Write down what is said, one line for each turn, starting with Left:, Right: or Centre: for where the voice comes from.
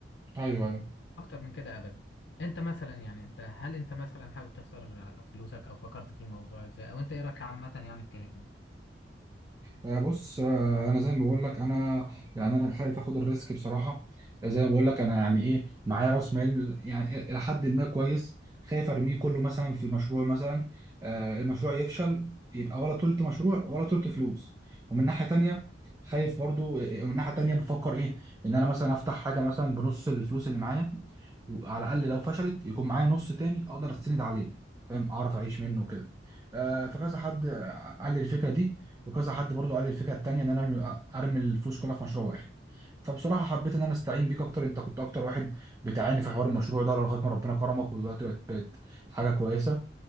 Right: ايوه أيوة.
Left: اكتر من كده ابدا انت مثلا يعني انت هل انت مثلا حابب تخسر آه، فلوسك او فكرت في الموضوع ازاي او انت ايه رايك عامة يعني في كلامي
Right: آه، بص آه، انا زي ما بقول لك انا يعني انا خايف اخد الريسك بصراحه آه، زي ما بقول لك انا يعني ايه معايا راس مال يعني الى حد ما كويس خايف ارميه كله مثلا في مشروع مثلا آه، المشروع يفشل يبقى ولا تلت مشروع ولا تلت فلوس ومن ناحيه تانية خايف برضو آه، ومن ناحيه تانية بفكر ايه ان انا مثلا افتح حاجه مثلا بنص الفلوس اللي معايا وعلى الاقل لو فشلت يكون معايا نص تاني اقدر استند عليه فاهم اعرف اعيش منه كده آه، فكذا حد آه، قال لي الفكره دي وكذا حد برضو قال لي الفكره التانيه ان انا ارمي ارمي الفلوس كلها في مشروع واحد فبصراحه حبيت ان انا استعين بيك اكتر انت كنت اكتر واحد بتعاني في حوار المشروع ده لغايه ما ربنا كرمك ودلوقتي بقت بقت حاجه كويسه